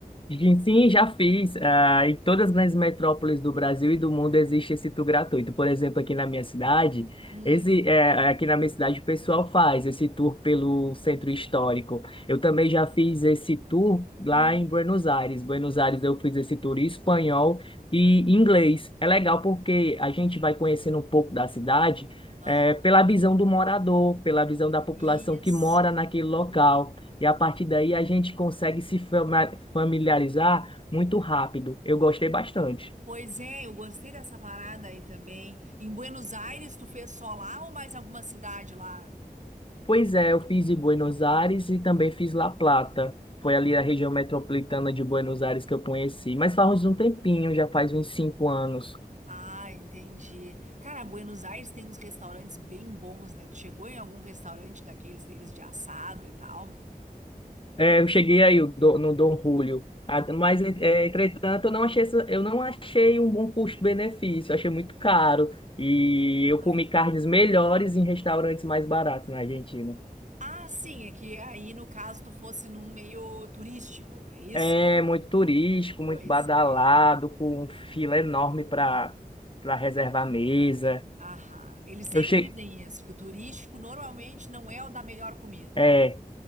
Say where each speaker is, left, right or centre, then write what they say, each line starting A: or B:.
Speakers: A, on the left (about 35°); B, on the right (about 50°).
A: Gente, Sim, já fiz. Ah, em todas as grandes metrópoles do Brasil e do mundo existe esse tour gratuito. Por exemplo, aqui na minha cidade,
B: Hum,
A: esse, eh, aqui na minha cidade o pessoal faz esse tour pelo centro histórico. Eu também já fiz esse tour lá
B: hum,
A: em Buenos Aires. Buenos Aires eu fiz esse tour em espanhol e inglês. É legal porque a gente vai conhecendo um pouco da cidade,
B: aham.
A: eh, pela visão do morador, pela visão da população
B: Isso.
A: que mora naquele local. E a partir
B: Ah.
A: daí a gente consegue se familiarizar muito rápido. Eu gostei bastante.
B: Pois é, eu gostei dessa parada aí também. Em Buenos Aires, tu fez só lá ou mais alguma cidade lá?
A: Pois é, eu fiz em Buenos Aires e também fiz La Plata. Foi ali
B: Ah,
A: a região metropolitana de Buenos Aires que eu conheci. Mas faz um tempinho, já faz uns cinco anos.
B: Ah, entendi. Cara, Buenos Aires tem uns restaurantes bem bons, né? Tu chegou em algum restaurante daqueles deles de assado e tal?
A: É, eu cheguei aí o do- no Dom Julio. Ah, Mas, é, entretanto, eu não achei, essa- eu não achei um bom custo-benefício. Eu Achei muito caro. E eu
B: Ai,
A: comi
B: que-
A: carnes melhores em restaurantes mais baratos na Argentina.
B: Ah, sim, é que aí no caso tu fosse num meio turístico, é isso?
A: É muito turístico,
B: Pois
A: muito badalado,
B: é.
A: com um fila enorme para para reservar mesa.
B: Ahá. Eles sempre
A: Eu cheguei.
B: dizem isso, que o turístico normalmente não é o da melhor comida.
A: É,